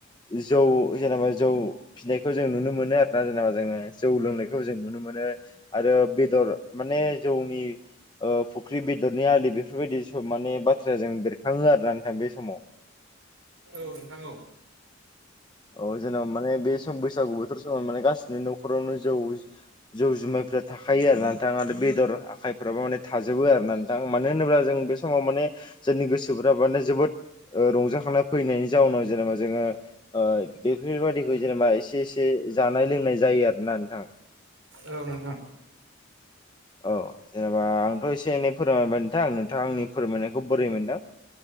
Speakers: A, on the left; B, on the right.
A: जौ जेनेबा जौ फिनायखौ जों नुनो मोनो आरो ना जेनेबा जोङो जौ लोंनायखौ जों नुनो मोनो मोनो आरो बेदर माने जौनि ओ फुख्रि बेदरनि आलि बेफोरबायदि सब माने बाथ्राया जों बेरखाङो आरोना नोंथां बे समाव
B: औ नोंथां औ
A: औ जेनेबा माने बे सम बैसागु बोथोर समाव माने गासिबो न'खरावनो जौ जौ जुमायफ्रा थाखायो आरोना नोंथां आरो बेदर आखाइफोराबो माने थाजोबो आरोना नोंथां मानो होनोब्ला जों बे समाव माने जोंनि गोसोफ्रा ओ माने जोबोद रंजा खांनाय फैनायनि जाउनाव जेनेबा जोङो ओ बेफोरबायादिखौ जेनेबा एसे एसे जानाय लोंनाय जायो आरोना नोंथां
B: औ नोंथां
A: औ जेनेबा बा आंथ' एसे एनै फोरमायबाय नोंथां नोंथाङा आंनि फोरमायनायखौ बोरै मोनदों